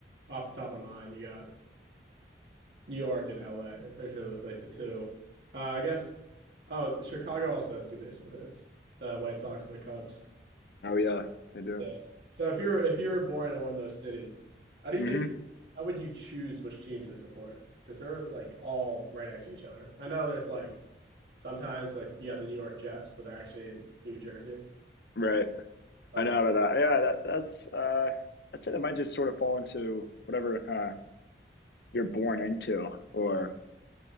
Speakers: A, on the right; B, on the left.
A: off the top of my mind, you got New York and L. am pretty sure those are like the two. Uh, I guess. Oh, Chicago also has two baseball teams: the White Sox and the Cubs.
B: Oh yeah, they do.
A: Yes. So if you were if you were born in one of those cities, how do
B: hmm
A: you think? How would you choose which team to support? Because they're like all right next to each other. I know there's like sometimes like you have the New York Jets, but they're actually in New Jersey.
B: Right.
A: But
B: I know about that. Yeah, that that's uh I'd say that might just sort of fall into whatever kind of you're born into or